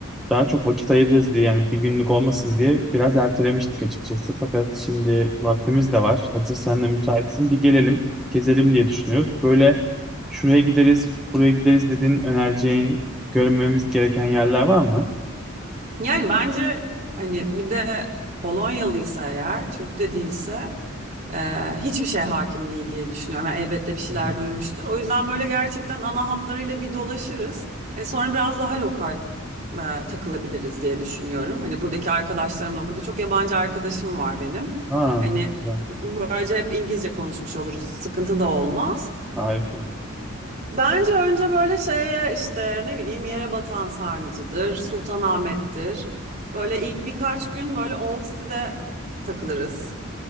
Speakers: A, in the centre; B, on the right.
A: daha çok vakit ayırırız diye yani bir günlük olmasın diye biraz ertelemiştik açıkçası. Fakat şimdi vaktimiz de var. Hazır sen de müsaitsin. Bir gelelim, gezelim diye düşünüyoruz. Böyle şuraya gideriz, buraya gideriz dediğin önereceğin görmemiz gereken yerler var mı?
B: Yani bence hani bir de Polonyalıysa eğer, Türk de değilse eee, hiçbir şey hakim değil diye düşünüyorum. Yani elbette bir şeyler
A: Hı hı.
B: duymuştur. O yüzden böyle gerçekten ana hatlarıyla bir dolaşırız. Hani sonra biraz daha lokal eee, takılabiliriz diye düşünüyorum. Hani buradaki arkadaşlarımla, burada çok yabancı arkadaşım var benim.
A: Aa,
B: Hani
A: harika.
B: böylece hep İngilizce konuşmuş oluruz. Sıkıntı da olmaz.
A: Harika.
B: Bence önce böyle şeye işte ne bileyim yere batan sarnıcıdır, Sultanahmet'tir. Böyle ilk birkaç gün böyle Old City'de takılırız